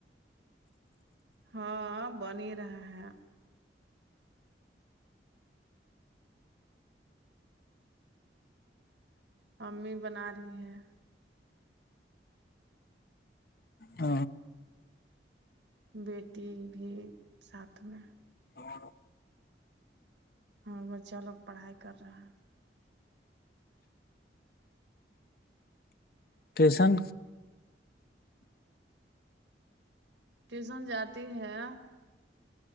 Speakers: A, on the right; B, on the left.
A: ہاں بنی رہا ہے امی بنا رہی ہے
B: ہ
A: بیٹی بھی ساتھ میں
B: اور
A: ہاں بچہ لوگ پڑھائی کر رہا ہے
B: ٹیشن
A: ٹیوشن جاتی ہے